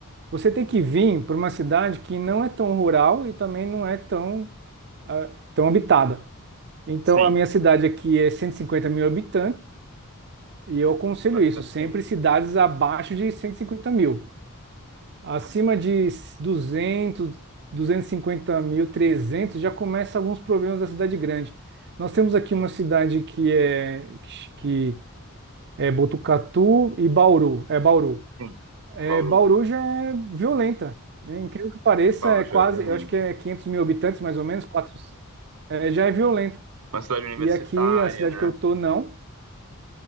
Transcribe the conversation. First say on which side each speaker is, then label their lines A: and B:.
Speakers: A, on the right; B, on the right.
A: Você tem que vir para uma cidade que não é tão rural e também não é tão, ah, tão habitada. Então,
B: Sim,
A: a minha cidade aqui é 150 mil habitantes e eu aconselho
B: bastante
A: isso, sempre
B: gente.
A: cidades abaixo de 150 mil. Acima
B: Sim,
A: de duzentos duzentos e cinquenta mil, 300 já começa alguns problemas da cidade grande. Nós temos aqui
B: sim,
A: uma cidade que é que é Botucatu e Bauru. É Bauru.
B: sim.
A: É,
B: Bauru.
A: Bauru já é violenta. né? Incrível que pareça,
B: Bauru
A: é
B: já
A: quase,
B: é violento.
A: eu acho que é 500 mil habitantes, mais ou menos, quatro, é, já é violenta.
B: Uma cidade universitária,
A: E aqui, a cidade
B: né?
A: que eu tô, não.